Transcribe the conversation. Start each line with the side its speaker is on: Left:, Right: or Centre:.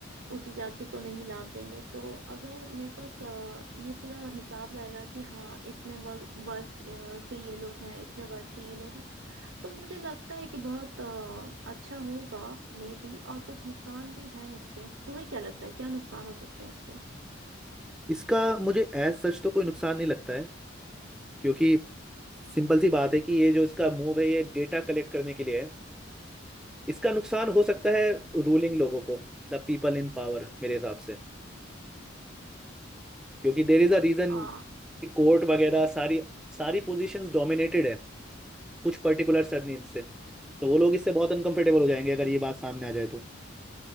Right: ऊंची जाति को नहीं लाभ देंगे तो अगर मेरे पास अ, ये पूरा हिसाब रहेगा कि हाँ इतने वर्ग वर्ग अ, के ये लोग हैं इतने वर्ग के ये लोग हैं तो मुझे लगता है कि बहुत अ, अच्छा होगा मे बी और कुछ नुकसान भी हैं इसके तुम्हें क्या लगता है क्या नुकसान हो सकते हैं इसके
Centre: इसका मुझे एज सच तो कोई नुकसान नहीं लगता है क्योंकि सिंपल सी बात है कि ये जो इसका मूव है ये डेटा कलेक्ट करने के लिए है इसका नुकसान हो सकता है रूलिंग लोगों को द पीपल इन पावर मेरे हिसाब से क्योंकि there is a reason
Right: आ,
Centre: court वगैरह सारी सारी पोजीशंस डोमिनेटेड है कुछ पर्टिकुलर सरनेम से तो वो लोग इससे बहुत अनकंफर्टेबल हो जाएंगे अगर ये बात सामने आ जाए तो